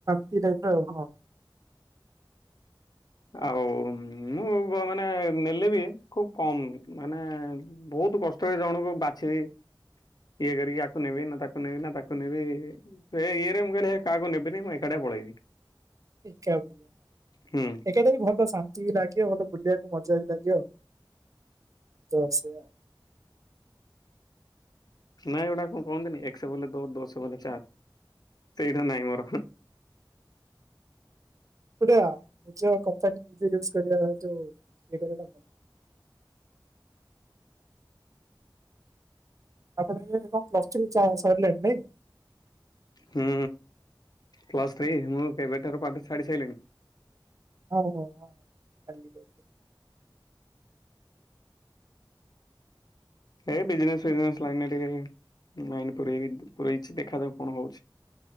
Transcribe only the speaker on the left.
ଆଉ ମୁଁ ମାନେ ନେଲେ ବି ଖୁବ୍ କମ୍ ମାନେ ବୋହୁତ୍ ବହୁତ କଷ୍ଟରେ ଜଣଙ୍କୁ ବାଛିବି। ଇଏ କରିକି ୟାକୁ ନେବି ନା ତାକୁ ନେବି ନା ତାକୁ ନେବି ସେ ଇଏରେ ମୁଁ କହିଲି ହେ କାହାକୁ ନେବିନି ମୁଁ ଏକାଟିଆ ପଳେଇବି।
ହୁଁ
ନାଇଁ ଏଗୁଡା କଣ କୁହନ୍ତିନି ଏକ ଶହ ବଲେ ଦୋ ଦୋଶହ ବଲେ ଚାର। ସେଇଟା ନାଇଁ ମୋର।
ହୁଁ ପ୍ଲସ୍ ଥ୍ରୀ ମୁଁ କେବେଠାରୁ ପାଠ ଛାଡି ସାରିଲିଣି।
ଏଇ ବିଜନେସ୍ ଫିଜନେସ୍ ଲାଇନରେ ଟିକେ ନାଇନ ପୁରେବି ପୁରେଇଛି ଦେଖାଯାଉ କଣ ହଉଛି?